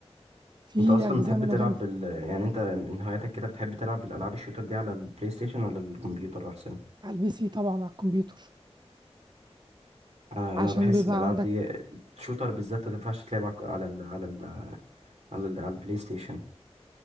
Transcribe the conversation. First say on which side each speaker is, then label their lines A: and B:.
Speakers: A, on the right; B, on the right.
A: في
B: انت اصلا
A: اجزاء
B: بتحب
A: منها
B: تلعب
A: جامده
B: بال يعني انت من هواياتك كده بتحب تلعب بالالعاب الشوتر دي على البلاي ستيشن ولا الكمبيوتر احسن
A: على البي سي طبعا على الكمبيوتر
B: انا
A: عشان
B: انا بحس
A: بيبقى
B: الالعاب
A: عندك
B: دي الشوتر بالذات ما تنفعش تلعب على على ال... على ال... على, ال... على البلاي ستيشن